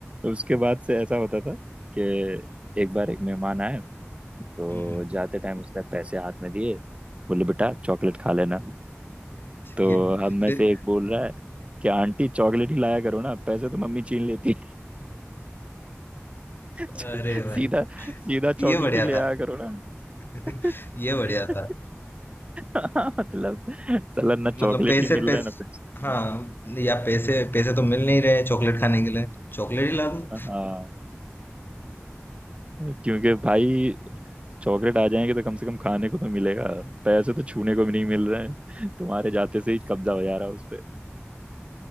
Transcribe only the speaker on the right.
उसके बाद से ऐसा होता था कि एक बार एक मेहमान आए तो
जाते टाइम उसने पैसे हाथ में दिए बोले बेटा चॉकलेट खा लेना
तो हम में
से एक बोल रहा है कि आंटी चॉकलेट ही लाया करो ना पैसे तो मम्मी छीन लेती है।"
<laughs>
सीधा सीधा चॉकलेट
ही ले
आया करो ना
<laughs>
हाँ, मतलब साला ना चॉकलेट
ही मिल
रहा है ना पैसे
हाँ क्योंकि भाई चॉकलेट आ जाएंगे तो कम से कम खाने को तो मिलेगा पैसे तो छूने को भी नहीं मिल रहे हैं तुम्हारे जाते से ही कब्जा हो जा रहा है उस पे